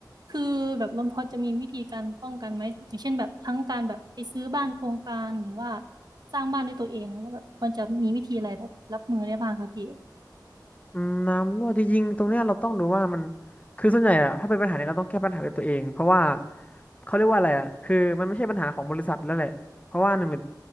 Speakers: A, on the right; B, on the left.
A: คือแบบลมพอจะมีวิธีการป้องกันไหมอย่างเช่นแบบทั้งการแบบไปซื้อบ้านโครงการหรือว่าสร้างบ้านด้วยตัวเองนะแล้วแบบควรจะมีวิธีอะไรแบบรับมือได้บ้างคะพี่
B: อืมน้ำรั่วจริงๆตรงเนี้ยเราต้องดูว่ามันคือส่วนใหญ่อะถ้าเป็นปัญหาเนี้ยเราต้องแก้ปัญหาด้วยตัวเองเพราะว่าเขาเรียกว่าอะไรอะคือมันไม่ใช่ปัญหาของบริษัทแล้วแหละเพราะว่าหนึ่งเลย